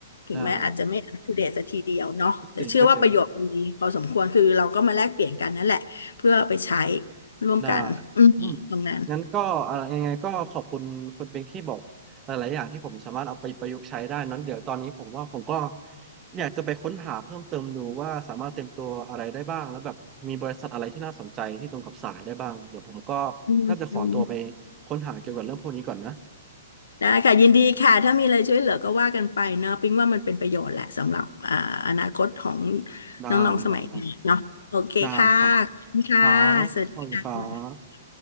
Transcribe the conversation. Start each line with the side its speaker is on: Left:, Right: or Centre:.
Left: ถึงแม้อาจจะไม่อัปเดตซะทีเดียวเนาะแต่เชื่อว่าประโยชน์มันมีพอสมควรคือเราก็มาแลกเปลี่ยนกันนั่นแหละเพื่อเอาไปใช้
Right: ได้ก็เจ๋งก็เจ๋ง
Left: ร่วมกันอืมตรงนั้น
Right: ได้อืมงั้นก็อะไรยังไงก็ขอบคุณคุณเบงที่บอกหลายๆอย่างที่ผมสามารถเอาไปประยุกต์ใช้ได้นั้นเดี๋ยวตอนนี้ผมว่าผมก็อยากจะไปค้นหาเพิ่มเติมดูว่าสามารถเตรียมตัวอะไรได้บ้างแล้วแบบมีบริษัทอะไรที่น่าสนใจที่ตรงกับสายได้บ้างเดี๋ยวผมก็
Left: อืม
Right: น่าจะขอตัวไปค้นหาเกี่ยวกับเรื่องพวกนี้ก่อนนะ
Left: ได้ค่ะยินดีค่ะถ้ามีอะไรช่วยเหลือก็ว่ากันไปเนาะปิ๊งว่ามันเป็นประโยชน์แหละสำหรับอ่าอนาคตของ
Right: ได้ได้ได้
Left: น้องๆสมัยนี้เนาะโอเคค่ะขอบคุณค่ะสวัสดีค่ะ
Right: ได้ครับครับสวัสดีครับ